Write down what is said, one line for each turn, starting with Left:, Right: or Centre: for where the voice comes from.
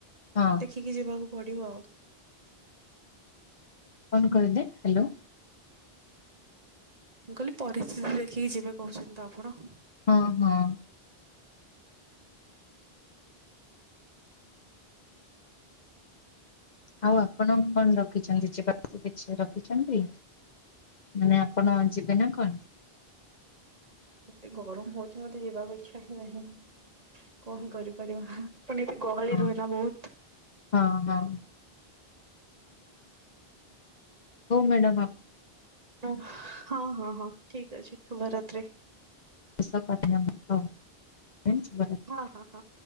Left: ହଁ
Right: ଦେଖିକି ଯିବାକୁ ପଢ଼ିବ?
Left: କଣ କହିଲେ ହାଲୋ।
Right: ମୁଁ କହିଲି ପରିସ୍ଥିତି ଦେଖିକି ଯିବେ କହୁଛନ୍ତି ତ ଆପଣ? ହଁ
Left: ହଁ ହଁ ଆଉ ଆପଣ କଣ ରଖିଛନ୍ତି ଯିବାକୁ କିଛି ରଖିଛନ୍ତି ମାନେ ଆପଣ ଯିବେ ନା କଣ?
Right: ଏତେ ଗରମ ହଉଛି ମତେ ଯିବାକୁ ଇଚ୍ଛା ହିଁ ନାହିଁ। କଣ କରିପାରିବା। ଏମିତି ଗହଳି
Left: ହଁ
Right: ରୁହେ ନା ବହୁତ।
Left: ହଁ ହଁ
Right: ଉ ହୁଁ।
Left: ହଉ ମ୍ୟାଡ଼ାମ ଆପ
Right: ଓ ହଁ ହଁ ହଁ ଠିକ ଅଛି ଶୁଭ ରାତ୍ରି।
Left: <unintelligible> ହଉ
Right: ଅ ହଁ ହଁ।